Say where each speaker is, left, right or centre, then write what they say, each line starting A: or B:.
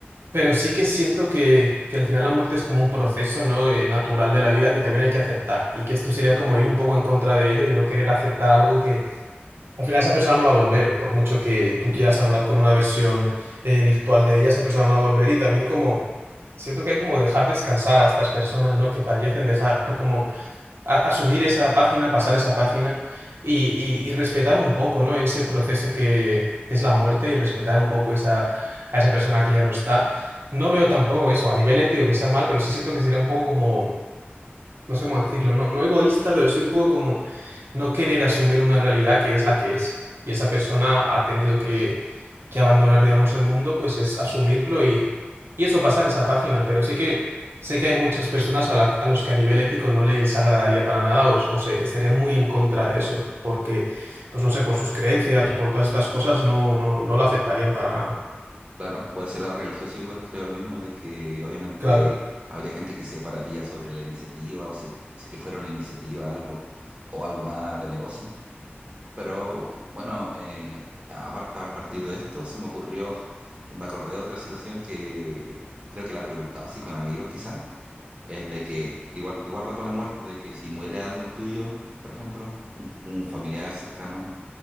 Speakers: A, on the right (about 75°); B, on the right (about 25°).
A: Pero sí que siento que, que al final la muerte es como un proceso, ¿no? eh, natural de la vida que también hay que aceptar y que esto sería como ir un poco en contra de ello y no querer aceptar algo que al final esa persona no va a volver, por mucho que tú
B: Ujú.
A: quieras hablar con una versión eh, virtual de ella, esa persona no va a volver y también como siento que hay como dejar descansar a estas personas, ¿no? Que fallecen, dejar como a- asumir esa página, pasar esa página y, y- y respetar un poco, ¿no? Ese proceso que, que es la muerte y respetar un poco esa, a esa persona que ya no está. No veo tampoco eso a nivel ético que está mal, pero sí siento que sería un poco como no sé cómo decirlo, no, no egoísta, pero sí un poco como no querer asumir una realidad que es la que es. Y esa persona ha tenido que, que abandonar, digamos, el mundo, pues es asumirlo y, y eso, pasar esa página. Pero sí que sé que hay muchas personas a, la- a los que a nivel ético no les agradaría para nada o, o se estarían muy en contra de eso, porque, pues no sé, por sus creencias, por todas estas cosas, no, no, no lo aceptarían para nada.
B: Claro, por ese lado religioso igual creo lo mismo de que obviamente
A: Claro.
B: habría gente que se pararía sobre la iniciativa o si, si que fuera una iniciativa algo o algo más de negocio. Pero bueno, eh, a, par- a partir de esto se me ocurrió, <laughs> me acordé de otra situación que creo que la he preguntado así con amigos quizá, es de que igual, igual va con la muerte, de que si muere algo tuyo, por ejemplo, un, un familiar cercano